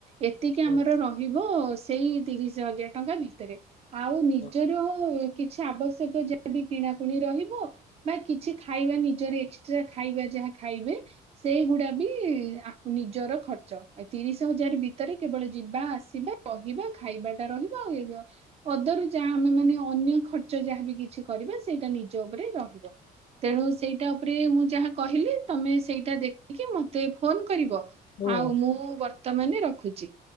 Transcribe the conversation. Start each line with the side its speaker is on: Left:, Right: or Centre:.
Right: ଏତିକି ଆମର
Left: ହୁଁ
Right: ରହିବ ସେଇ ତିରିଶ ହଜାର ଟଙ୍କା ଭିତରେ। ଆଉ ନିଜର
Left: ହୁଁ।
Right: କିଛି ଆବଶ୍ୟକ ଯାହା ବି କିଣାକୁଣି ରହିବ। ବା କିଛି ଖାଇବା ନିଜର ଏକ୍ସଟ୍ରା ଖାଇବା ଯାହା ଖାଇବେ ସେଇଗୁଡା ବି ଆ ନିଜର ଖର୍ଚ୍ଚ ତିରିଶ ହଜାର ଭିତରେ କେବଳ ଯିବା ଆସିବା କହିବା। ଖାଇବା ଟା ରହିବ ଆଉ ପଦରୁ ଯାହା ଆମେ ମାନେ ଅନ୍ୟ ଖର୍ଚ୍ଚ ଯାହାବ କିଛି କରିବା ସେଇଟା ନିଜ ଉପରେ ରହିବ। ତେଣୁ ସେଇଟା ଉପରେ ମୁଁ ଯାହା କହିଲି ତମେ ସେଇଟା ଦେଖିକି ମତେ ଫୋନ କରିବ?
Left: ହୁଁ,
Right: ଆଉ ମୁଁ ବର୍ତ୍ତମାନ ରଖୁଛି।